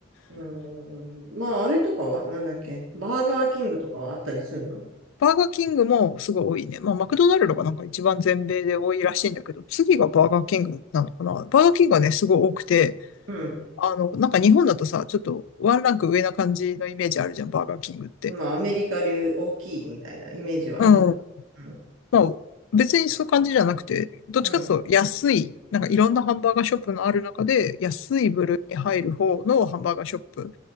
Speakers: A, on the right; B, on the left.
A: うーん。まああれとかはなんだっけバーガーキングとかはあったりするの
B: バーガーキングもすごい多いね。まあ、マクドナルドがなんか一番全米で多いらしいんだけど、次がバーガーキングなのかな。バーガーキングはね、すごい多くて、
A: うん。
B: あの、なんか日本だとさ、ちょっとワンランク上な感じのイメージあるじゃん、バーガーキングって。
A: まあアメリカ流大きいみたいなイメージはあるから。
B: うん。
A: うん。
B: まあ、別にそういう感じじゃなくて、どっちかっていうと安い、
A: うん。
B: なんかいろんなハンバーガーショップのある中で、安い部類に入る方のハンバーガーショップ。